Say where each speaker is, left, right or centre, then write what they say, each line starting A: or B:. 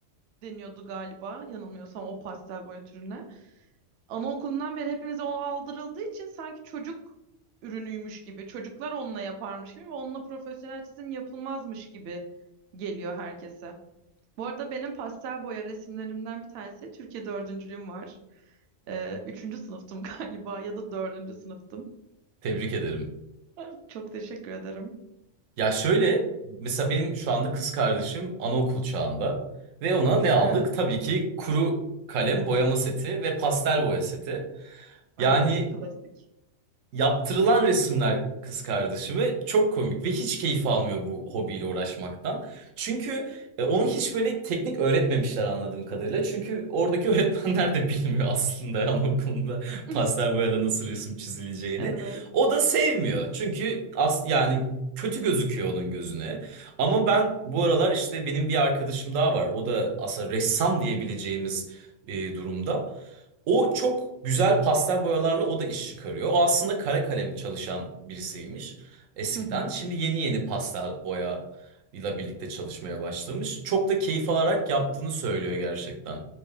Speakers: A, on the right (about 60°); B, on the right (about 90°).
A: deniyordu galiba yanılmıyorsam o pastel boya türüne. Anaokulundan beri hepimize o aldırıldığı için sanki çocuk ürünüymüş gibi, çocuklar onunla yaparmış gibi ve onunla profesyonel çizim yapılmazmış gibi geliyor herkese. Bu arada benim pastel boya resimlerimden bir tanesi Türkiye dördüncülüğüm var. Ee, üçüncü sınıftım <laughs> galiba ya da dördüncü sınıftım.
B: Tebrik ederim.
A: <laughs> Çok teşekkür ederim.
B: Ya şöyle, mesela benim şu anda kız kardeşim anaokul çağında ve ona ne aldık?
A: Evet,
B: Tabii ki kuru kalem boyama seti ve pastel boya seti.
A: evet,
B: Yani
A: klasik.
B: Yaptırılan resimler kız kardeşime çok komik ve hiç keyif almıyor bu hobiyle uğraşmaktan. Çünkü e, onu hiç böyle teknik öğretmemişler anladığım kadarıyla. Çünkü oradaki <laughs> öğretmenler de bilmiyor aslında anaokulunda
A: <laughs>
B: pastel boyayla nasıl resim çizileceğini.
A: Evet.
B: O da sevmiyor. Çünkü as yani kötü gözüküyor onun gözüne. Ama ben bu aralar işte benim bir arkadaşım daha var. O da aslında ressam diyebileceğimiz e, durumda. O çok güzel pastel boyalarla o da iş çıkarıyor. O aslında kara kalem çalışan birisiymiş eskiden.
A: Hı hı.
B: Şimdi yeni yeni pastel boya ile birlikte çalışmaya başlamış. Çok da keyif alarak yaptığını söylüyor gerçekten.